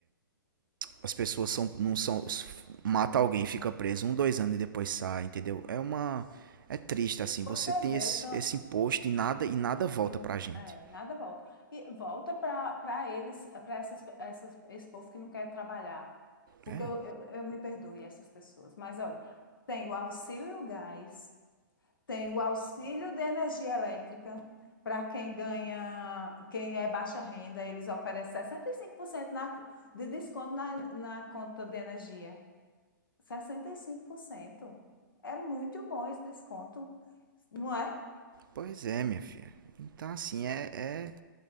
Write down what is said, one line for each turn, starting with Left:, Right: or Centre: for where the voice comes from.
Right: as pessoas são, não são. Mata alguém, fica preso um, dois anos e depois sai, entendeu? É uma. É triste, assim.
Left: Você
Right: Você tem
Left: vê
Right: esse,
Left: o tanto.
Right: esse imposto e nada, e nada volta
Left: E,
Right: pra gente.
Left: é, nada volta. E volta para eles, para essas, essas, esse povo que não quer trabalhar. Porque
Right: É,
Left: eu, eu, eu me perdoe essas pessoas. Mas olha, tem o auxílio gás, tem o auxílio de energia elétrica. Para quem ganha, quem é baixa renda, eles oferecem 65% na, de desconto na, na conta de energia. sessenta e cinco por cento É muito bom esse desconto, não é?
Right: pois é, minha filha. Então, assim, é, é,